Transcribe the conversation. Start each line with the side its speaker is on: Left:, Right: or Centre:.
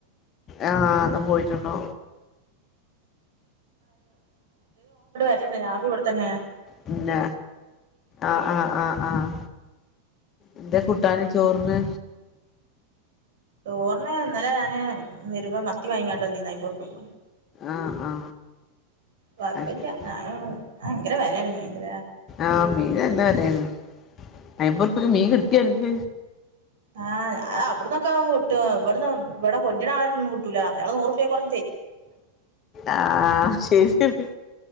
Left: ആ അതാ പോയിട്ടുണ്ടോ
Right: ഞാൻ രാവിലെ ഇവിടത്തന്നെ
Left: പിന്നെ ആഹ് ആഹ് ആഹ് ആഹ് എന്താ കൂട്ടാന് ചോറിന്
Right: ചോർന് ഇന്നലെ ഞാന് വരുമ്പോ മത്തി വാങ്ങീട്ടാന്ന് വന്നേന് ആയിമ്പറുപ്പക്
Left: ആഹ് ആ
Right: കൊഴപ്പില്ല
Left: അത് ശരി
Right: ആ ഭയങ്കര വെലാണ് മീനിനു
Left: ആഹ് മീൻ നല്ല വെലാണ് അയിമ്പൂർപ്പിയ്ക്ക് മീൻ കിട്ടിയ അൻക്
Right: ആഹ് അവിടന്നൊക്കെ ആവുമ്പോ കിട്ടും. ഇവിടന്ന് കൊണ്ടര് ണ ആളടത്തിന്ന് കിട്ടൂല. അയാൾ നൂറുപ്പയേൽ കുറ
Left: ആഹ് ശരി ണ്